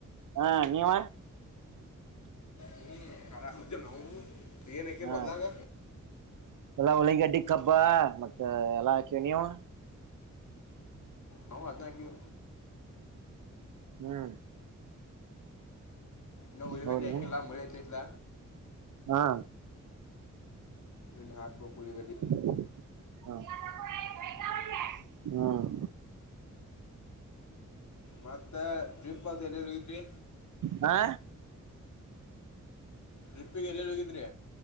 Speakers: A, on the right; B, on the left.
A: ಹಾ ನೀವ
B: ಹಏ <unintelligible> ರಮದೇ ನಾವು ಏನು ಹಾಕಿರಿ
A: ಹಾ
B: ಹೊಲ್ದಾಗ
A: ಎಲ್ಲ ಹಳ್ಳಗ್ಗಡ್ಡಿ ಕಬ್ಬ ಮತ್ತೆ ಎಲ್ಲಾ ಹಾಕ ನೀವು
B: ಹೌವು ಅದನ ಕವು
A: ಹ್ಮ್
B: ನವುಳ್ಳಿಗಡಿ
A: ಹೌದ
B: ಆಐಕಿಲ್ಲಳಿ ಇಲ್ಲ
A: ಹಾ
B: ಇಲ್ಲಿ ಹಾಕ್ಬೋ ಪಳಿಗಡಿ
A: ಹ ಹ್ಮ
B: ಮತ್ತೆ ಟ್ರಿಪ್ ಅದು ಎಲ್ಲೆಲ್ಲೋ ಇದ್ರಿ
A: ಹಾ
B: ಟ್ರಿಪ್ಪಿಿಗೆ ಎಲ್ಲಲ್ಲಿ ಹೋಗಿದ್ರಿ